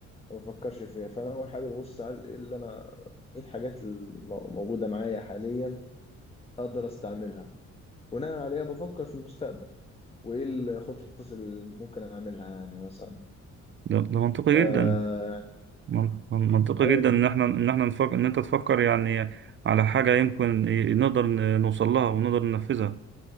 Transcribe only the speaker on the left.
ما بفكرش فيها فانا اول حاجه ببص على ايه اللي انا ايه الحاجات الموجوده معايا حاليا اقدر استعملها بناء عليها بفكر في المستقبل وايه الخطط اللي ممكن اعملها يعني مثلا
آه،
ايوه
جدا